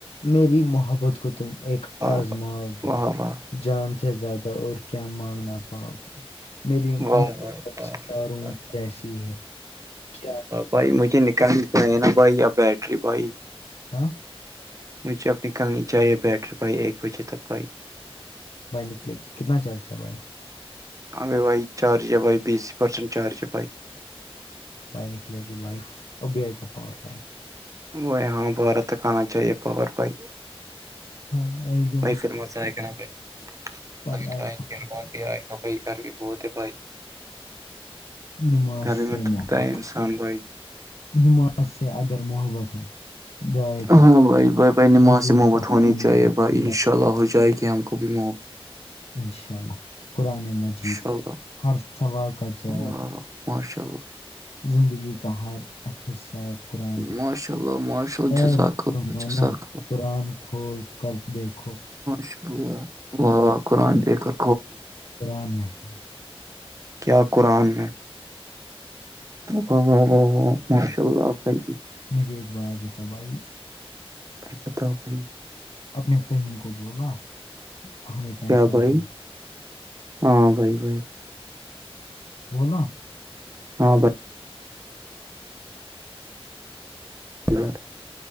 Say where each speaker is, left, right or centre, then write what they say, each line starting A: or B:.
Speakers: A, on the left (about 80°); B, on the right (about 35°).
A: میری محبت کو تم ایک
B: واہ
A: آزماؤ گے
B: واہ واہ
A: جان سے زیادہ اور کیا مانگنا پاؤ گے میری
B: واہ
A: محبت
B: واہ واہ
A: سےتارون
B: بھائی
A: جیسی ہے کیا
B: بھائی مجھے نکالک ہے نا بھائی اب بیٹری بھائی
A: ہاں
B: مجھے اپنی کل نی چاہیے بیٹر بھائی ایک بجے تک بھائی
A: بھائی نکلے گی کتنا چارج ہے بھائی
B: ہ بھائی چارج ہے بھائی بیس پرسنٹ چارج ہے بھائی
A: بھائی نکلے گی بائف اب بھی آئے گا پاور بھائی
B: وہ یہاں بارہ تک آنا چاہیے پاپور بھائی
A: <unintelligible>
B: بھائی پھر مزہ ہے کیا نا بھائی
A: بھائی
B: ٹیں
A: آئے گا
B: گ ہ ہی آئے گا بھائی گھر بھی بہت ہے بھائی
A: نماز
B: گرمی
A: سے
B: میں تھکتا
A: محبت
B: ہے انسان بھائی
A: نماز سے اگر محبت ہو جائے تو
B: ہاں بھائی بھائی بائی نے
A: وضو
B: ما سے محت
A: کا
B: ہونی
A: پانی
B: چاہیے
A: بھی
B: بھائی
A: ٹھنڈا
B: انشاء اللہ تو ہو جائے گی ہم کو بھی مح
A: انشاء اللہ قرآن مجد جی
B: انشاء
A: تو
B: اللہ
A: ہر سوال کا جو
B: واہ واہ ماشاء اللہ
A: زندگی کا ہر حساب قرآن میں
B: ماشاء اللہ ماشاء ال
A: اے
B: جزاک
A: مسلمانوں
B: ال جھزاکۃ
A: قرآن کھول کر دیک
B: ش ہوا و قرآن
A: کی
B: دے کر
A: قرآن میں ہے
B: کیا قرآن میں و و و ماشاء اللہ بھائی ج
A: مجھے ایک بات بتاؤ بھائی
B: بھائی بتاؤ بھائی
A: اپنے فہیم کو بولا ہمیں پیسے
B: کیا بھائی
A: آ گئے
B: ہاں بائی بائی ب
A: بول
B: ہاں بس بار